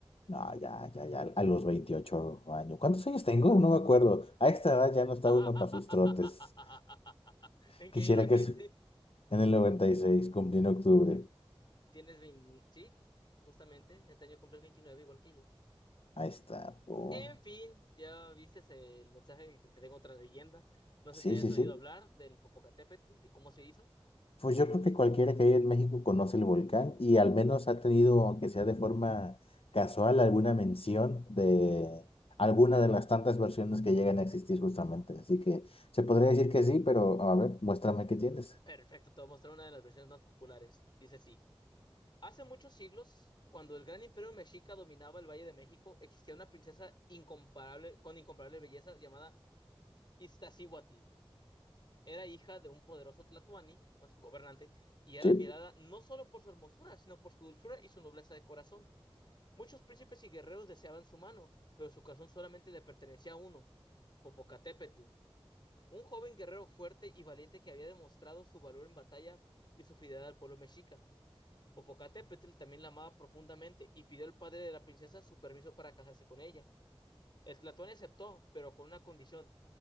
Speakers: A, on the left (about 70°); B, on the left (about 50°).
A: No, ya, ya, ya, a los 28 años. ¿Cuántos años tengo? No me acuerdo. A esta edad ya no está
B: <laughs>
A: uno para sus trotes.
B: ¿En
A: Quisiera
B: qué año naciste?
A: que es en el 96 cumplí en octubre.
B: Tienes 20, sí, justamente, este año cumples veintinueve igual que yo.
A: Ahí está. pum.
B: En fin, ya viste el mensaje que te tengo otra leyenda. No sé
A: Sí,
B: si hayas
A: sí,
B: oído
A: sí.
B: hablar del Popocatépetl y cómo se hizo.
A: Pues yo creo que cualquiera que haya en México conoce el volcán y al menos ha tenido, aunque sea de forma casual, alguna mención de alguna de las tantas versiones que llegan a existir justamente. Así que se podría decir que sí, pero a ver, muéstrame qué tienes.
B: Perfecto, te voy a mostrar una de las versiones más populares. Dice así. Hace muchos siglos, cuando el gran imperio mexica dominaba el Valle de México, existía una princesa incomparable, con incomparable belleza llamada Iztaccíhuatl. Era hija de un poderoso tlatoani, o sea, gobernante, y era
A: Sí,
B: admirada no solo por su hermosura, sino por su dulzura y su nobleza de corazón. Muchos príncipes y guerreros deseaban su mano, pero su corazón solamente le pertenecía a uno, Popocatépetl, un joven guerrero fuerte y valiente que había demostrado su valor en batalla y su fidelidad al pueblo mexica. Popocatépetl también la amaba profundamente y pidió al padre de la princesa su permiso para casarse con ella. El Tlatoani aceptó, pero con una condición.